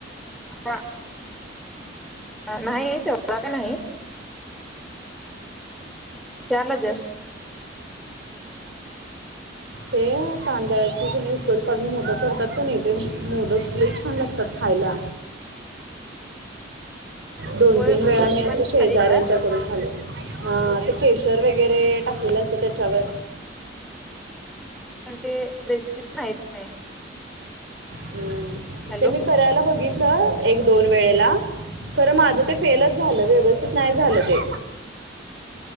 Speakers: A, in the centre; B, on the right.
A: ह नाही तेवढा का नाही. विचारल जस्ट.
B: ते तांदळाची त्याने उकड काढून मोदक करतात, प नाही ते मोदक छान लागतात खा खायला दोन
A: होय
B: तीन वेळा
A: होय
B: मी असं
A: पण खाली
B: शेजाऱ्यांच्याकडून
A: एकदाच
B: खाले ह. केशर वगैरे टाकलेलं असत त्याच्यावर.
A: पण ते रेसिपी माहीत नाही.
B: हम्म.
A: हॅलो
B: ते मी करायला बघितलं एक दोन वेळेला. खरं माझं ते फेलच झालं व्यवस्थित नाही झालं ते.